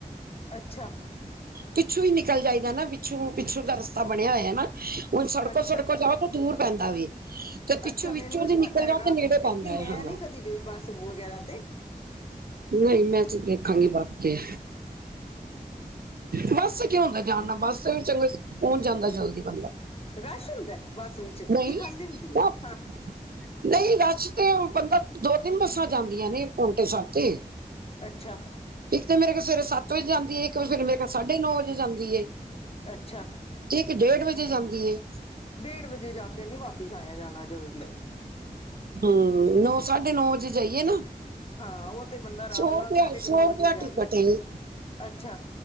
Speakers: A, on the left (about 40°); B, on the right (about 80°).
A: ਅੱਛਾ।
B: ਪਿੱਛੋਂਈ ਨਿਕਲ ਜਾਈਦਾ ਨਾ ਪਿੱਛੋਂ, ਪਿੱਛੋਂ ਦਾ ਰਸਤਾ ਬਣਿਆ ਹੋਇਆ ਨਾ। ਓ ਸੜਕੋ-ਸੜਕੋ
A: ਅੱਛਾ
B: ਜਾਓ ਤਾਂ ਦੂਰ ਪੈਂਦਾ ਵੇ। ਤੇ ਪਿੱਛੋਂ
A: ਅੱਛਾ ਮੈਨੂੰ
B: ਵਿੱਚੋਂ
A: ਨੀ
B: ਦੀ
A: ਪਤਾ
B: ਨਿਕਲ ਜਾਓ
A: ਹੈਗਾ
B: ਤੇ ਨੇੜੇ
A: ਕਿਉਂਕਿ
B: ਪੈਂਂਦਾ
A: ਮੈਂ
B: ਏ, ਹਾਂ।
A: ਨੀ ਕਦੀ ਗਈ ਬੱਸ ਵਗੈਰਾ ਤੇ
B: ਨਈ ਮੈਂ ਤੇ ਦੇਖਾਂਗੀ ਬਸ ਤੇ ਬੱਸ ਕਿ ਹੁੰਦੈ ਜਾਣਨਾ ਬੱਸ ਚੰਗ, ਪਹੁੰਚ ਜਾਂਦ ਜਲਦੀ ਬੰਦਾ,
A: ਰਸ਼ ਹੁੰਦਾ ਬੱਸ ਵਿੱਚ ਕੀ
B: ਨਹੀਂ
A: ਖਾਲੀ
B: <unintelligible>
A: ਹੁੰਦੀ ਹੈ ਹਾਂ
B: ਨਹੀਂ ਰਸ਼ ਤੇ ਓ, ਬੰਦਾ ਦੋ-ਤਿੰਨ ਬੱਸਾਂ ਜਾਂਦੀਆਂ ਨੇ ਪੋਂਟੇ ਸਾਬ ਤੇ।
A: ਅੱਛਾ।
B: ਇੱਕ ਤੇ ਮੇਰੇ ਯਾਲ ਸਵੇਰੇ ਸੱਤ ਵਜੇ ਜਾਂਦੀ ਏ। ਇੱਕ ਫਿਰ ਮੇਰੇ ਯਾਲ ਸਾਢੇ ਨੌ ਵਜੇ ਜਾਂਦੀ ਏ।
A: ਅੱਛਾ।
B: ਇਕ ਡੇਢ ਵਜੇ ਜਾਂਦੀ ਏ।
A: ਡੇਢ ਵਜੇ ਜਾ ਕੇ ਨੀ ਵਾਪਿਸ ਆਇਆ ਜਾਣਾ ਜਲਦੀ।
B: ਹਮ, ਨੌ ਸਾਢੇ ਨੌ ਅਜੇ ਜਾਈਏ ਨਾ
A: ਹਾਂ, ਉਹ ਤੇ ਬੰਦਾ ਰਾਮ
B: ਸੌ
A: ਨਾਲ
B: ਰੁਪਇਆ
A: ਸਾਢੇ ਕ
B: ਸੌ
A: ਨੌ ਵਜੇ
B: ਰੁਪਇਆ
A: ਜਾਵੇ।
B: ਟਿਕਟ ਏ
A: ਅੱਛਾ,